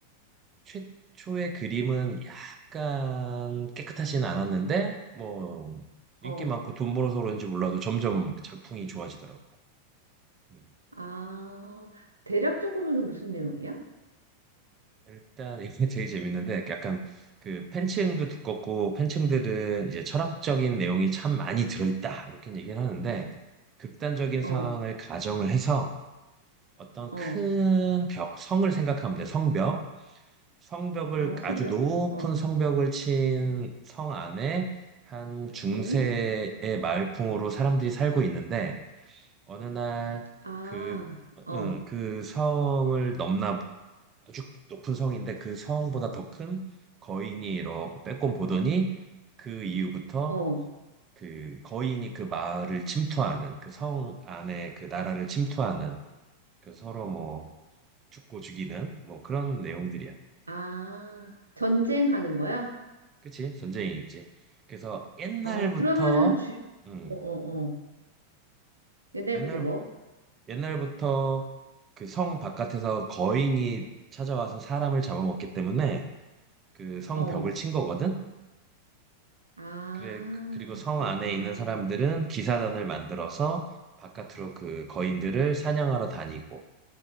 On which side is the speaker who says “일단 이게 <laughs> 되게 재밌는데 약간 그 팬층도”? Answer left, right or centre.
Right